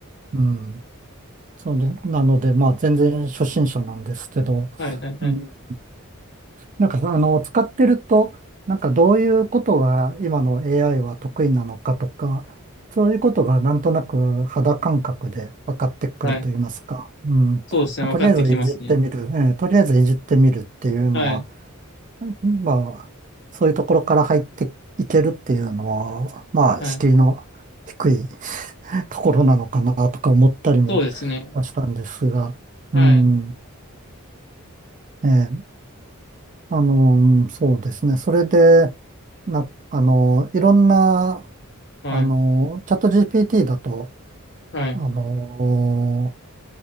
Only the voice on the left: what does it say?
はいはいはい。
はい。
そうですね。分かってきますね。
はい。
はい。
そうですね。
はい。
はい。
はい。